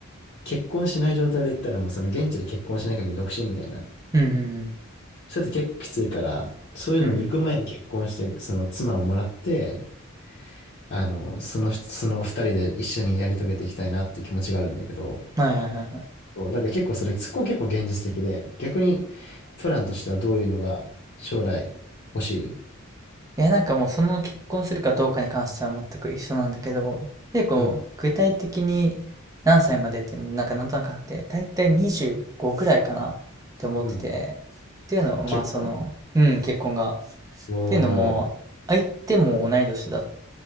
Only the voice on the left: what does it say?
結婚しない状態で行ったらもうその、現地で結婚しない限り独身みたいな。
そうやって結構きついから、そういうのに行く前に結婚して、
その、妻をもらって、あの、その、その二人で一緒にやり遂げていきたいなっていう気持ちがあるんだけど、
そうだから結構それ、そこは結構現実的で、逆にプランとしてはどういうのが将来欲しい
うん、
うん。
結婚
お
おー、